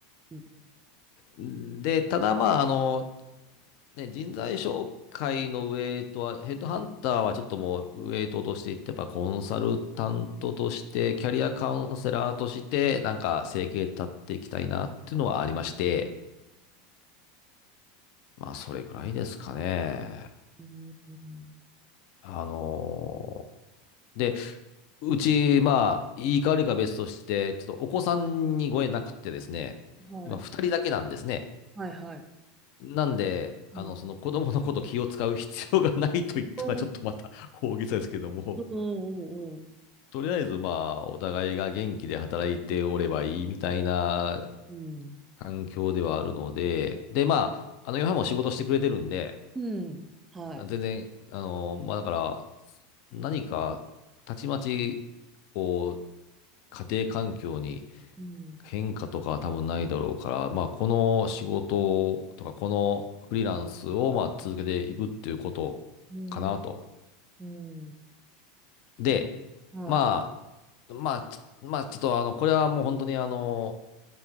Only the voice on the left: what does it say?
で、ただまあ、あの、ね、人材紹介のウェイトは、ヘッドハンターはちょっともうウェイトとしていって、やっぱコンサルタントとして、キャリアカウンセラーとして、なんか生計立っていきたいなっていうのはありまして、まあそれぐらいですかね。
あのーで、うち、まあ、いいか悪いか別として、ちょっとお子さんにご縁なくってですね、
今2人だけなんですね。
なんで、
あの、その子供のこと気を使う必要がないと言ったらちょっとまた大げさですけども、
とりあえずまあ、お互いが元気で働いておればいいみたいな
環境ではあるので、でまあ、あの、ヨハンも仕事してくれてるんで、
全然、あの、まあだから、何か、たちまち、こう、家庭環境に
変化とかは多分ないだろうから、まあ、この仕事とか、このフリーランスをまあ続けていくっていうことかなと。
で、
まあ、まあ、ちまあ、ちょっとあの、これはもう本当にあの、